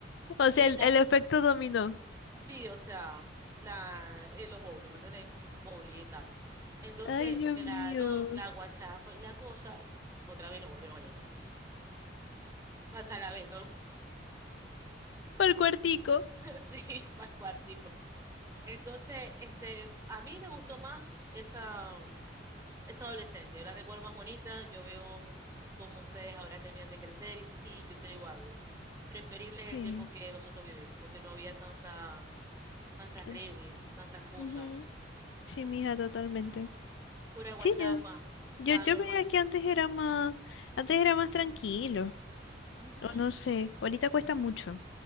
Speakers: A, on the left; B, on the right.
A: O sea,
B: Y
A: el,
B: la,
A: el efecto dominó.
B: sí, o sea, la, en los bowls, ¿me entendés? Bowling y tal. Entonces,
A: ¡Ay, Dios
B: claro,
A: mío!
B: la guachafa y la cosa, otra vez nos volvieron a llamar la atención. Vas a la vez, <laughs> todo
A: Para el cuartico.
B: sí, para el cuartico. Entonces, este, a mí me gustó más esa, mm, esa adolescencia. Yo la recuerdo más bonita. Yo veo cómo ustedes ahora terminan de crecer y yo te digo algo. Preferible es
A: Sí.
B: el tiempo que nosotros vivimos, porque no había tanta, tantas
A: en-
B: redes, tantas cosas,
A: ujú, Sí, mija, totalmente.
B: pura guachafa,
A: Sí, yo,
B: o sea,
A: yo, yo
B: normal.
A: veía que antes era más, antes era más tranquilo.
B: Ujú,
A: O no sé, ahorita cuesta mucho.